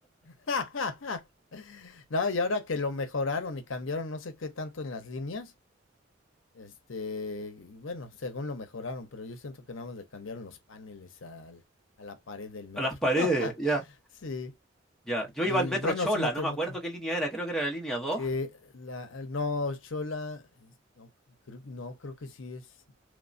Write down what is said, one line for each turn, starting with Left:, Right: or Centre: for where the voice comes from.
Left: <laughs> no, y ahora que lo mejoraron y cambiaron no sé qué tanto en las líneas, este, bueno, según lo mejoraron, pero yo siento que nada más le cambiaron los paneles al, a la pared del metro.
Centre: A las paredes,
Left: <laughs>
Centre: ya.
Left: sí.
Centre: Ya, yo iba
Left: Y
Centre: al metro
Left: bueno,
Centre: Chola,
Left: sí metieron
Centre: no me acuerdo
Left: otro.
Centre: qué línea era, creo que era la línea 2.
Left: Sí, la, no, Chola, no, creo- no, creo que sí es.